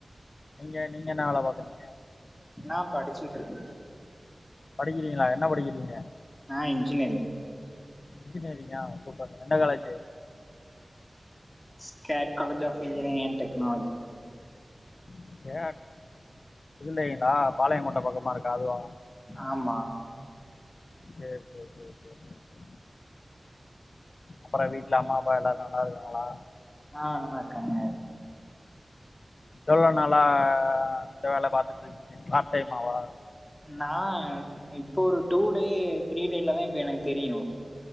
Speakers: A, on the left; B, on the left.
A: நீங்க நீங்க என்னா வேல பாக்குறீங்க
B: நா படிச்சுட்ருக்க
A: படிக்கிறீங்களா என்ன படிக்கிறீங்க
B: ஆ இன்ஜினரிங்
A: இன்ஜினரிங்கா சூப்பர்ங்க எந்த college
B: skate college of engineering and technology
A: skate இதுலைங்ளா பாளைய கோட்ட பக்கமா இருக்கே அதுவா
B: ஆமா
A: சேரி சேரி சேரி சேரி அப்பறோ வீட்ல அம்மா அப்பா எல்லாரு நல்லா இருக்காங்களா
B: ஆ நல்லா இருக்காங்க
A: எவ்ளோ நாளா இந்த வேல பாத்துட்ருக்கீங்க பார்ட் டைமாவா
B: நா இப்போ ஒரு டூ டே த்ரீ டேலதா இப்ப எனக்கு தெரியு